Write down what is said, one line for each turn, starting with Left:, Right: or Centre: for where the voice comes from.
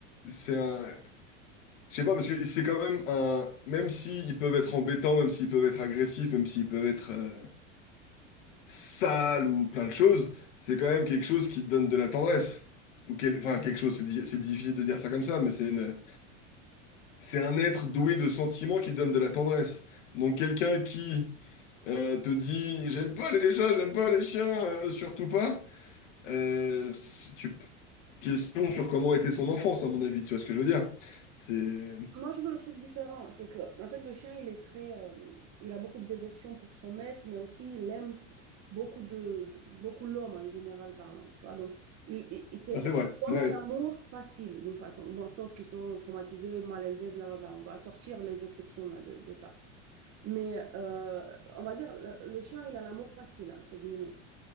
Left: c'est un, je sais pas, parce que c'est quand même un, même s'ils peuvent être embêtants, même s'ils peuvent être agressifs, même s'ils peuvent être, euh, sale ou plein de choses, c'est quand même quelque chose qui te donne de la tendresse. Ou quel- enfin, quelque chose, c'est di- c'est difficile de dire ça comme ça, mais c'est une- c'est un être doué de sentiments qui donne de la tendresse. Donc quelqu'un qui euh, te dit «J'aime pas les chats, j'aime pas les chiens, euh, surtout pas», euh, c'est- tu question sur comment était son enfance, à mon avis, tu vois ce que je veux dire? C'est
Right: Moi, je veux le truc différent. C'est que, en fait, le chien, il est très, euh, il a beaucoup de dévotion pour son maître, mais aussi il aime beaucoup de, de- beaucoup l'homme en général parlant. Tu vois, donc il, il, il c'est-
Left: ah, c'est vrai,
Right: on
Left: ouais,
Right: a un amour facile d'une façon. Bon, sauf qu'ils sont traumatisés, mal élevés, blablabla. On va sortir les exceptions là de, de ça. Mais euh, on va dire le, le chien, il a l'amour facile entre guillemets.